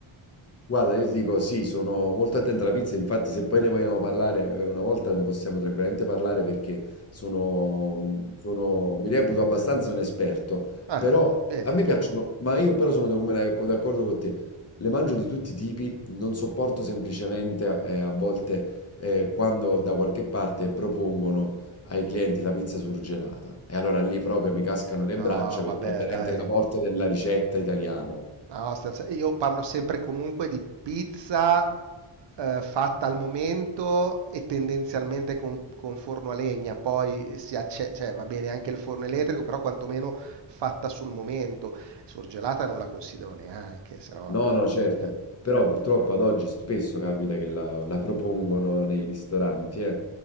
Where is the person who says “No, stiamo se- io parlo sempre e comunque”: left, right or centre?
Right